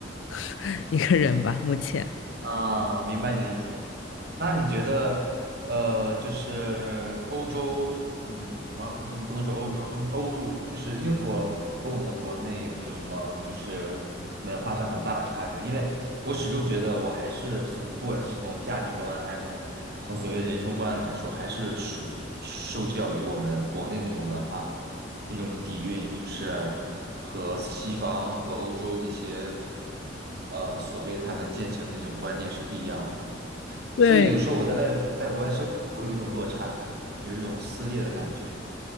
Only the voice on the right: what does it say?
啊，明白你的意思。那你觉得，呃，就是欧洲，嗯，啊，不能不能说欧洲，就是欧陆，就是英国和我们国内有没有什么就是文化上很大的差距？因为我始终觉得，我还是从不管是从价值观，还是从从所谓的人生观来说，还是属受教于我们国内那种文化那种底蕴，就是和西方和欧洲这些，呃，所谓他们践行的那种观念是不一样的。
所以有时候我在外在国外生活，会有一种落差感，有一种撕裂的感觉。